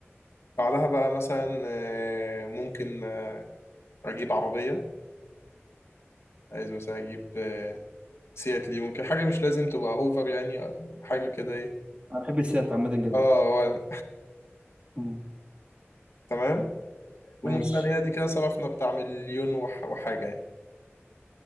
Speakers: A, on the left; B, on the right.
A: بعدها بقى مثلا آه، ممكن آه، اجيب عربية عايز مثلا اجيب آه، سيات ليون كده حاجة مش لازم تبقى اوفر يعني آه، حاجة كده ايه
B: انا بحب السيارات عامة جدا
A: اه هو-
B: امم
A: تمام قول
B: ماشي
A: مثلا هي دي كده صرفنا بتاع مليون وح- وحاجة يعني